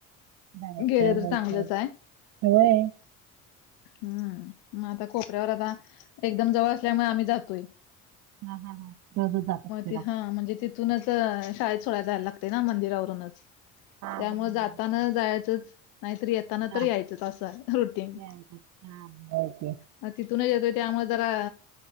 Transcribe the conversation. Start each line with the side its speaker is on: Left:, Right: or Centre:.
Right: जायचंय,
Left: गेलं तर
Right: यायचंय.
Left: चांगलंच हाय.
Right: होय.
Left: हम्म. मग आता खोपऱ्यावर आता एकदम जवळ असल्यामुळे आम्ही जातो
Right: हा. हा. हा. रोजचं जात असशीला.
Left: ते हा. म्हणजे ति -- थूनच शाळेत सोड्यायला जायला लागते ना मंदिरावरूनच.
Right: हा
Left: त्यामुळं
Right: हा
Left: जाताना
Right: हा.
Left: जायचंच. नाहीतरी येत -- येतानं
Right: हा
Left: तर यायचं अस हाय रूटिंग.
Right: यायचं. हा. होय की.
Left: म तिथूनच येतोय. त्यामुळे जरा